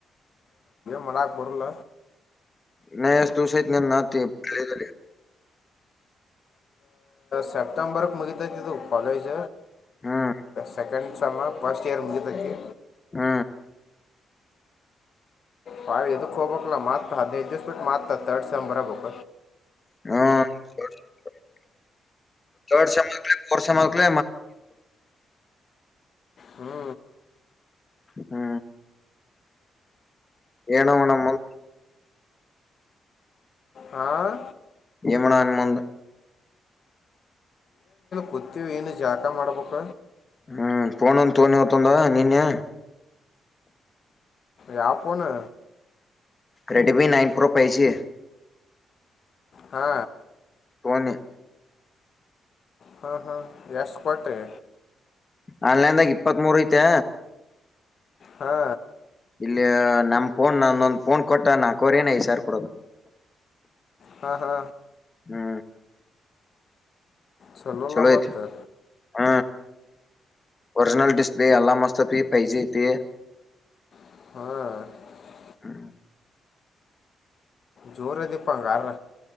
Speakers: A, on the left; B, on the left.
A: ಮಡಾಕ್ ಬರಲ್ಲ
B: ನಷ್ಟತು ಸಹಿತ ನ ನತ ತ
A: ಸೆಪ್ಟೆಂಬರ್ ಮುಗಿತತಿ ಕಾಲಜ
B: ಹ್ಮ್
A: ಸೆಕೆಂಡ ಸಮ್ಮ ಫಸ್ಟ್ ಇಯರ್ ಮುಗದಕ್ಕೆ
B: ಹ್ಮ
A: ಹಾಳದುಖೋ ಬಕ್ಲಲ್ಲ ಮತ್ತ ಹದಿನೈ ದಿವ ಪೀಟ್ ಮಾರ್ತ ತರ್ಡ್ ಸೈ್ ಬರ ಬಕ
B: ಹ್ಮ ರ್ಡ್ ಸಕ್ಫೋರ್ ಸ ಮಕ್ಲ
A: ಹ್ಞೂ
B: ಹ್ಮ್ ಏನವಣಮ್ಮ
A: ಹಾಂ
B: ಯಮನ ಅನುಬಧ
A: ಗತೀವಿ ಏನು ಜಾಕ ಮಾಡ್ಬೇಕ
B: ಹ್ಮ್ ಫೋನ ಒಂದು ತೋನಿ ಹತದ ನೀನ್ನೆ
A: ಯಾವ ಪನು
B: ರೆಡ್ಮಿ ನೈನ್ ಪ್ರೋ ಪಜಿ
A: ಹಾ
B: ಹ
A: ಹಾ ಹಾ ಎಷ್ಟ ಕೊಟ್ರಿ
B: ಆನ್ಲೈನ್ದಾಗ ಇಪ್ಪತ್ ಮೂರ್ ಐತೆ
A: ಹಾ
B: ಇಲ್ಲಿ ನಮ್ ಫೋನ್ ನಂದೊಂದ್ ಫೋನ್ ಕೊಟ್ಟ ನಾಕೋ್ರ ಏನ ಈ ಸಾರ್ ಕೊಡೋದು
A: ಹಾ ಹಾ
B: ಹಾ
A: ಚಲೋಲ್ಲ
B: ಚಲೋಯತ
A: ಮತ್ತು
B: ಹ ವರ್ಜಲ್ ಡಿಸೇ ಅಲ್ಲ ಮಸ್ತತ್ ಪಜೆತಿ
A: ಹ್ಮ
B: ಹ್ಮ
A: ಜೋರದೆಪ್ಪಾಂಗಾರ